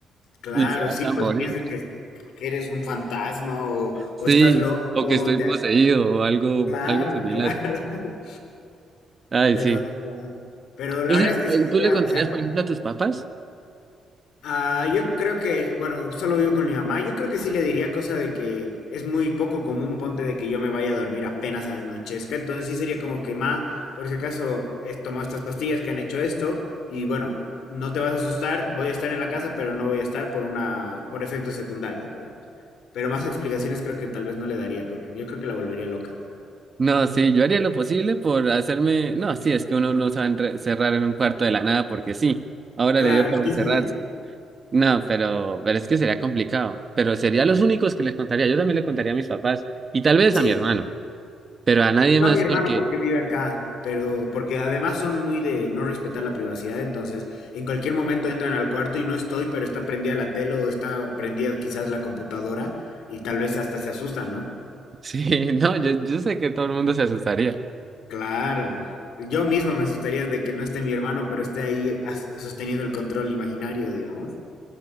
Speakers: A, on the left (about 80°); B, on the right (about 35°).
A: Claro,
B: y se vas
A: sí,
B: a
A: pues
B: morir.
A: si piensan que, que eres un fantasma o,
B: Sí,
A: o estás loco,
B: o que estoy
A: te...
B: poseído o algo,
A: Claro,
B: algo similar.
A: claro, <laughs>
B: Ay,
A: verdad,
B: sí.
A: verdad. Pero la
B: Entonces,
A: verdad es que
B: ¿y
A: sí quería,
B: ¿tú le contarías,
A: o sea,
B: por ejemplo, a tus papás?
A: Ah, yo creo que, bueno, solo vivo con mi mamá. Yo creo que sí le diría cosa de que es muy poco común, ponte de que yo me vaya a dormir apenas anochezca. Entonces sí sería como que, ma, por si acaso he tomado estas pastillas que han hecho esto y bueno, no te vas a asustar, voy a estar en la casa, pero no voy a estar por una, por efectos secundarios, digamos. Pero más explicaciones creo que tal vez no le daría, porque yo creo que la volvería loca.
B: No, sí, yo haría lo posible por hacerme. No, sí, es que uno no se va a enre- encerrar en un cuarto de la nada porque sí. Ahora
A: Claro,
B: le dio por
A: 15
B: encerrarse.
A: días.
B: No, pero, pero es que sería complicado. Pero sería los únicos que les contaría. Yo también le contaría a mis papás y tal vez
A: Sí,
B: a mi hermano, pero a nadie
A: Yo
B: más
A: a mi hermano
B: porque,
A: porque vive acá, pero porque además son muy de no respetar la privacidad, entonces en cualquier momento entran al cuarto y no estoy, pero está prendida la tele o está prendida quizás la computadora y tal vez hasta se asustan, ¿no?
B: <laughs> sí, no, yo, yo sé que todo el mundo se asustaría.
A: Claro. Yo mismo me asustaría de que no esté mi hermano, pero esté ahí as- sosteniendo el control imaginario, digamos.